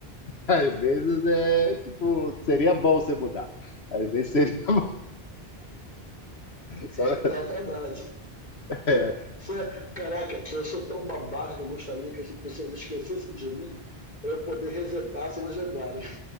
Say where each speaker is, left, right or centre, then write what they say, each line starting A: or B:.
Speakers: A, on the left; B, on the left.
A: Às vezes é tipo, seria bom você mudar. Às vezes seria <laughs> bom. Só-
B: É, é verdade.
A: é,
B: Você, caraca, eu sou tão babaca que eu gostaria que as pessoas esquecessem de mim para eu poder resetar sem elas lembrarem.